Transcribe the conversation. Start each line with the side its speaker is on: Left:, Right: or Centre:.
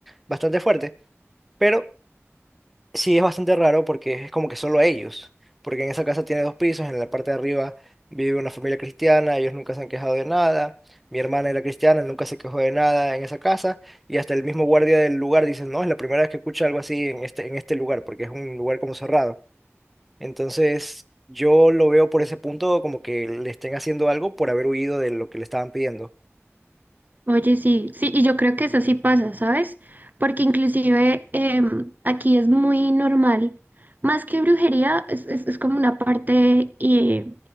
Centre: bastante fuerte. Pero Sí, es bastante raro porque es como que solo ellos, porque en esa casa tiene dos pisos, en la parte de arriba vive una familia cristiana, ellos nunca se han quejado de nada, mi hermana era cristiana, nunca se quejó de nada en esa casa, y hasta el mismo guardia del lugar dice, no, es la primera vez que escucha algo así en este, en este lugar, porque es un lugar como cerrado. Entonces, yo lo veo por ese punto como que le estén haciendo algo por haber huido de lo que le estaban pidiendo.
Right: Oye, sí, sí, y yo creo que eso sí pasa, ¿sabes? Porque inclusive em, aquí es muy normal, más que brujería, es, es- es como una parte eh,